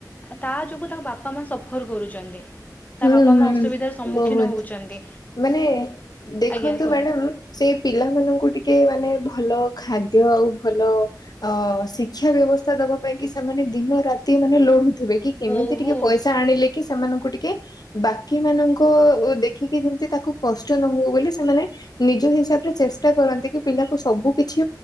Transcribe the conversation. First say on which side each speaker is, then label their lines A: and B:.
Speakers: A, on the left; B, on the left.
A: ତା ଯୋଗୁ ତାଙ୍କ ବାପା ମା ସଫର କରୁଛନ୍ତି। ତା
B: ହୁଁ
A: ବାପା
B: ହୁଁ
A: ମା ଅସୁବିଧାର ସମ୍ମୁଖୀନ
B: ବହୁତ
A: ହଉଛନ୍ତି
B: ମାନେ ଦେଖନ୍ତୁ
A: ଆଜ୍ଞା କୁହନ୍ତୁ
B: ମ୍ୟାଡାମ ସେଇ ପିଲାମାନଙ୍କୁ ଟିକେ ମାନେ ଭଲ ଖାଦ୍ୟ ଆଉ ଭଲ ଅ ଶିକ୍ଷା ବ୍ୟବସ୍ଥା ଦବା ପାଇଁ କି ସେମାନେ ଦିନ ରାତି ମାନେ ଲଢୁଥିବେ କି କେମିତି
A: ବହୁତ
B: ଟିକେ ପଇସା ଆଣିଲେ କି ସେମାନଙ୍କୁ ଟିକେ ବାକି ମାନଙ୍କ ଦେଖିକି ଯେମିତି ତାକୁ କଷ୍ଟ ନ ହଉ ବୋଲି ସେମାନେ ନିଜ ହିସାବରେ ଚେଷ୍ଟା କରନ୍ତି କି ପିଲାକୁ ସବୁ କିଛି